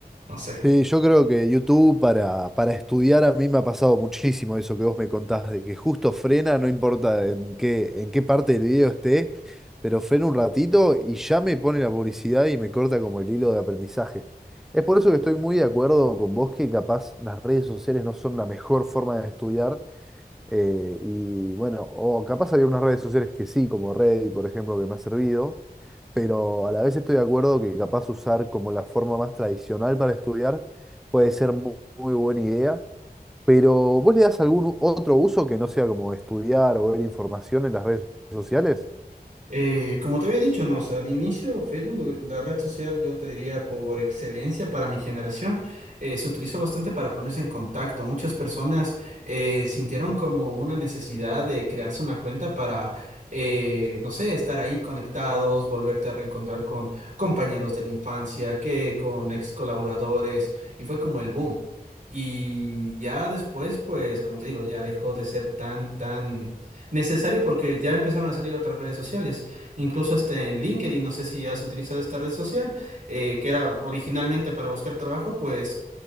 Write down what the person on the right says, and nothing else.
No sé.
Eh, como te había dicho, no, o sea, al inicio Facebook, eh, la red social, yo te diría por excelencia para mi generación, eh, se utilizó bastante para ponerse en contacto. Muchas personas eh, sintieron como una necesidad de crearse una cuenta para, eh, no sé, estar ahí conectados, volverte a reencontrar con compañeros de la infancia, que con ex colaboradores, y fue como el boom. Y ya después, pues, como te digo, ya dejó de ser tan, tan Necesario porque ya empezaron a salir otras redes sociales, incluso hasta en LinkedIn, no sé si has utilizado esta red social, eh, que era originalmente para buscar trabajo, pues